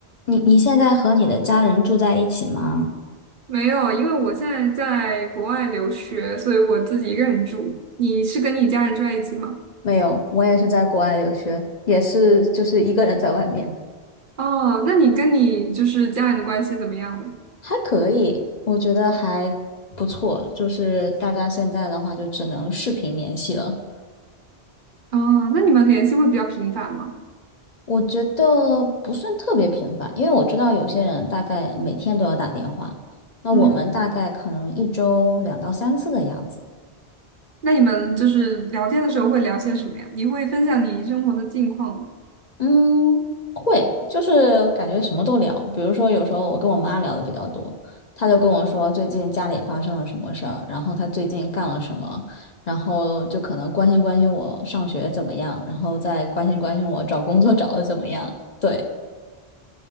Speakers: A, on the left (about 45°); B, on the right (about 55°).
A: 你你现在和你的家人住在一起吗？
B: 没有，因为我现在在国外留学，所以我自己一个人住。你是跟你家人住在一起吗？
A: 没有，我也是在国外留学，也是就是一个人在外面。
B: 哦，那你跟你就是家人的关系怎么样呢？
A: 还可以，我觉得还不错。就是大家现在的话，就只能视频联系了。
B: 哦，那你们联系会比较频繁吗？
A: 我觉得不算特别频繁，因为我知道有些人大概每天都要打电话，那我们大概可能一周两到三次的样子。
B: 嗯，那你们就是聊天的时候会聊些什么呀？你会分享你生活的近况吗？
A: 嗯，会，就是感觉什么都聊。比如说，有时候我跟我妈聊的比较多，她就跟我说最近家里发生了什么事儿，然后她最近干了什么，然后就可能关心关心我上学怎么样，然后再关心关心我找工作找的怎么样。对，